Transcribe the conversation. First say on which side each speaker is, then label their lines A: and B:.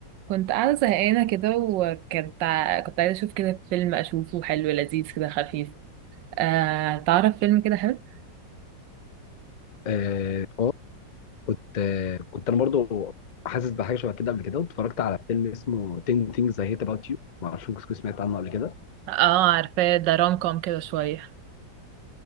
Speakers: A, on the right; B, on the left.
A: كنت قاعدة زهقانة كده وكنت ع- كنت عايزة أشوف كده فيلم أشوفه حلو لذيذ كده خفيف آه... تعرف فيلم كده حلو؟
B: اه آه، كنت آه، كنت انا برضو حاسس بحاجه شبه كده قبل كده واتفرجت على فيلم اسمه 10 Things I Hate About You ما اعرفش ممكن تكون سمعت عنه قبل كده
A: اه عارفاه ده روم كوم كده شوية